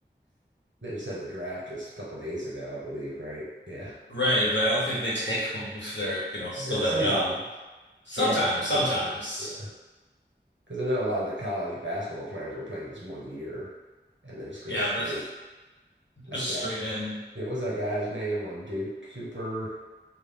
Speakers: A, on the right; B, on the left.
A: They just had the draft just a couple days ago, I believe, right? Yeah.
B: right, but I don't think they <laughs> take him if they're, you know, still
A: Yeah,
B: that
A: sometimes.
B: young. Sometimes,
A: Yeah, it just depends.
B: sometimes.
A: Yeah. Yeah. Because I know a lot of the college basketball players will play just one year and then just go
B: Yeah,
A: straight
B: but <laughs>
A: like
B: just
A: that.
B: straight in.
A: What was that guy's name on Duke Cooper?